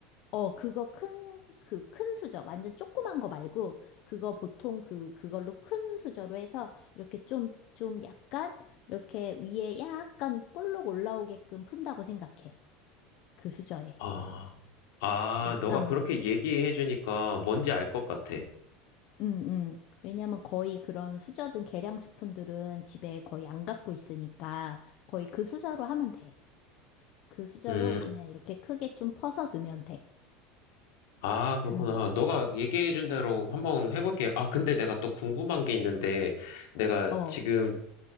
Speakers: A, on the left; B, on the left.
A: 어, 그거 큰, 그 큰 수저, 완전 조그만 거 말고, 그거 보통 그, 그걸로 큰 수저로 해서, 이렇게 좀, 좀 약간, 이렇게 위에 약간 볼록 올라오게끔 푼다고 생각해. 그 수저에.
B: 아, 아,
A: 약간만.
B: 너가 그렇게 얘기해 주니까 뭔지 알 것 같아.
A: 응, 응. 왜냐면 거의 그런 수저든 계량 스푼들은 집에 거의 안 갖고 있으니까, 거의 그 수저로 하면 돼. 그 수저로
B: 음,
A: 그냥 이렇게 크게 좀 퍼서 넣으면 돼.
B: 아, 그렇구나.
A: 응,
B: 너가 얘기해 준 대로 한번 해볼게. 아, 근데 내가 또 궁금한 게 있는데, 내가
A: 어,
B: 지금,